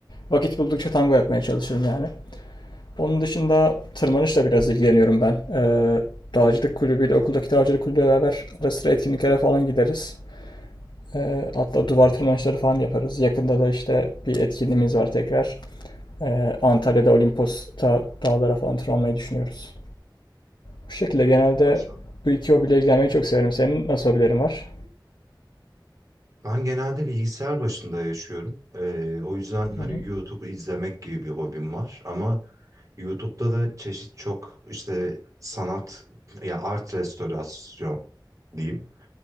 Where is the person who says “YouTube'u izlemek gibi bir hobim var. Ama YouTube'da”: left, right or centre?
Right